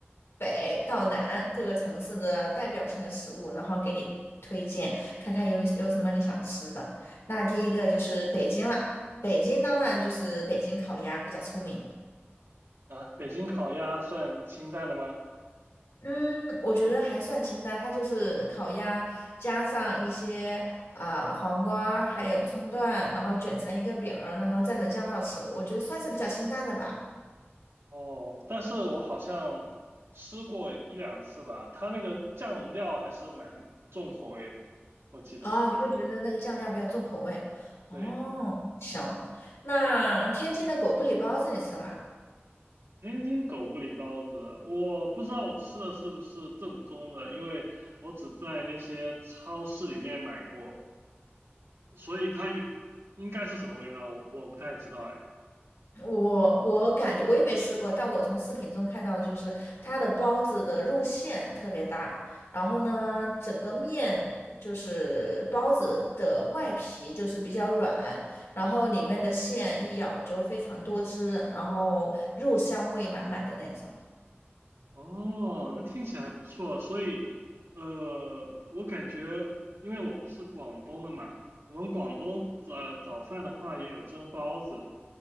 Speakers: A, on the left (about 85°); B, on the right (about 80°).
A: 北到南各个城市的代表性的食物，然后给你推荐，看看有有什么你想吃的。那第一个就是北京啦，北京当然就是北京烤鸭比较出名。
B: 啊？北京烤鸭算清淡的吗？
A: 嗯，我觉得还算清淡，它就是烤鸭加上一些啊、黄瓜，还有葱段，然后卷成一个饼儿，然后蘸着酱料吃，我觉得算是比较清淡的吧。
B: 哦，但是我好像吃过一两次吧，它那个酱料还是蛮重口味的，我记得，
A: 啊，你会觉得那个酱料比较重口味。哦，
B: 对。
A: 行，那天津的狗不理包子你吃吗？
B: 天津狗不理包子，我不知道我吃的是不是正宗的，因为我只在那些超市里面买过，所以它与应该是什么味道，我我不太知道哎。
A: 我我感觉我也没吃过，但我从视频中看到，就是它的包子的肉馅特别大，然后呢，整个面就是包子的外皮就是比较软，然后里面的馅一咬就非常多汁，然后肉香味满满的那种。
B: 哦，那听起来不错。所以，呃，我感觉，因为我不是广东的嘛，我们广东早早饭的话也有蒸包子。